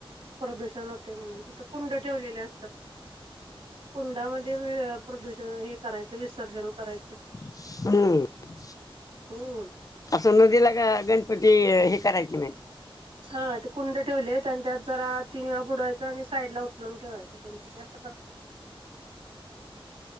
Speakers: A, on the right; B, on the left.
A: प्रदूषण होते म्हणून तिथं कुंड ठेवलेले कुंडामध्ये प्रदूषण हे करायचं विसर्जन करायचं
B: हम्म
A: हम्म.
B: असं नदीला ग गणपती हे करायची नाहीत
A: हा ते कुंड ठेवलेत आणि त्यात जरा तीन वेळा बुडवायच आणि साईड ला उचलून ठेवायचं गणपती असं करतात